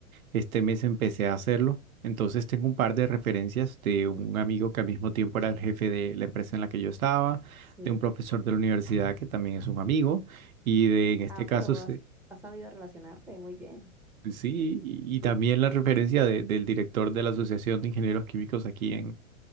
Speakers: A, on the right; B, in the centre.
A: Este mes empecé a hacerlo, entonces tengo un par de referencias de un amigo que al mismo tiempo era el jefe de la empresa en la que yo estaba,
B: Sí.
A: de un profesor de la universidad que también es un amigo, y de, en este
B: Ah,
A: caso,
B: pero
A: se-
B: has, has sabido relacionarte muy bien.
A: pues sí, y, y también la referencia de- del director de la Asociación de Ingenieros Químicos aquí